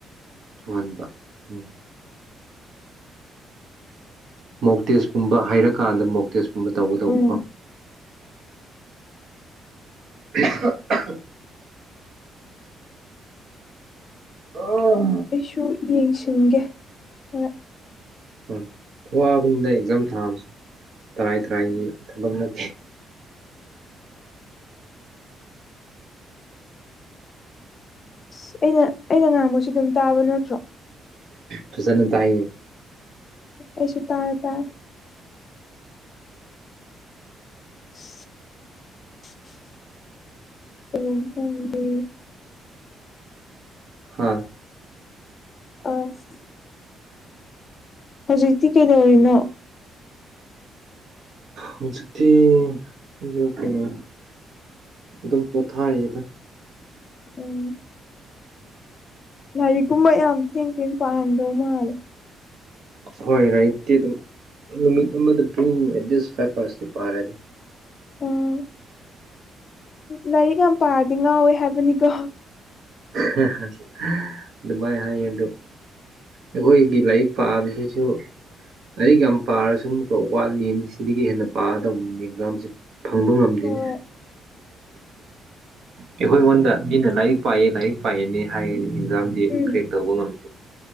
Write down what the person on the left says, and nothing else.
ꯎꯝ
ꯑꯩꯁꯨ ꯌꯦꯡꯁꯤꯟꯒꯦ ꯈꯔ
ꯇ ꯑꯩꯅ ꯑꯩꯅ ꯉꯥꯡꯕꯁꯤ ꯑꯗꯨꯝ ꯇꯥꯕ ꯅꯠꯇ꯭ꯔꯣ
ꯑꯦꯁꯨ ꯇꯥꯔꯦ ꯇꯥꯔ <inaudible> <inaudible> ꯑꯣꯂꯣꯝ ꯈꯪꯕꯤ
ꯑꯁ ꯍꯧꯖꯤꯛꯇꯤ ꯀꯩꯗꯧꯔꯤꯅꯣ
ꯎꯝ ꯂꯥꯏꯔꯤꯛꯀꯨꯝꯕ ꯌꯥꯝ ꯊꯦꯡ ꯊꯦꯡ ꯄꯥꯔꯝꯗꯧ ꯃꯥꯜꯂꯦ
ꯎꯝ ꯂꯥꯏꯔꯤꯛ ꯌꯥꯝ ꯄꯥꯔꯗꯤ ꯉꯥꯎꯋꯦ ꯍꯥꯏꯕꯅꯤꯀꯣ
ꯍꯣꯏ
ꯎꯝ